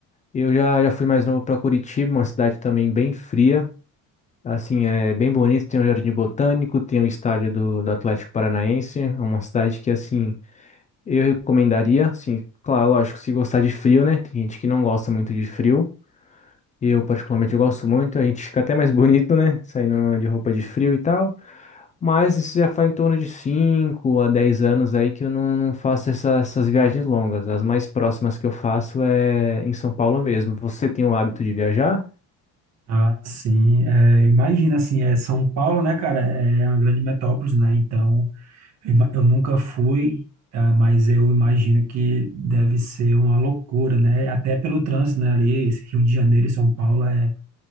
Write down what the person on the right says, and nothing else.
Ah, sim. É, imagina, assim, é São Paulo, né, cara? É é uma grande metrópole, né? Então, eu, ima- eu nunca fui, ah, mas eu imagino que deve ser uma loucura, né? Até pelo trânsito, né? Ali, esse Rio de Janeiro e São Paulo é